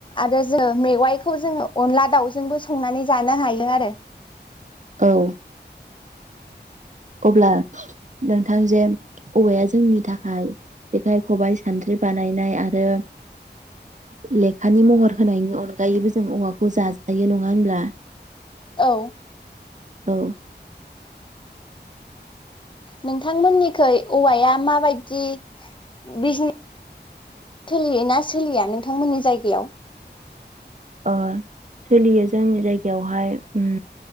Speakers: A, on the left (about 25°); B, on the right (about 40°).
A: आरो जों मेवाइखौ जोङो अनला दाउजोंबो संनानै जानो हायो दो आरो
B: औ अब्ला नोंथां जे औवाया जोंनि थाखाय जेखाइ खबाइ सान्द्रि बानायनाय आरो लेखानि महर होनायनि अनगायैबो जों औवाखौ जाजायो नङा होनब्ला
A: औ
B: औ
A: नोंथांमोनिखै औवाया मा बायदि बि सोलियोना सोलिया नोंथांमोननि जायगायाव
B: ओ सोलियो जोंनि जायगायावहाय उम